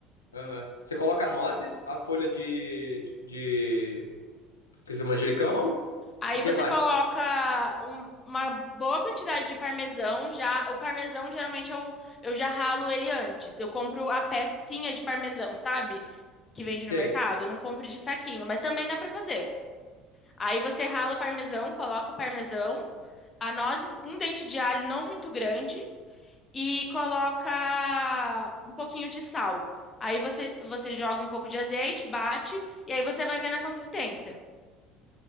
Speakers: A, on the left; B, on the left.
A: Aham. Você coloca nozes, a folha de, de, de... quer dizer, manjericão?
B: Aí
A: O que
B: você
A: mais?
B: coloca um- uma boa quantidade de parmesão. Já o parmesão geralmente eu, eu já ralo ele antes. Eu compro a pecinha de parmesão, sabe? Que vende no
A: Tem.
B: mercado. Eu não compro de saquinho, mas também dá pra fazer. Aí você rala o parmesão, coloca o parmesão, a nozes, um dente de alho não muito grande e coloca um pouquinho de sal. Aí você, você joga um pouco de azeite, bate e aí você vai vendo a consistência.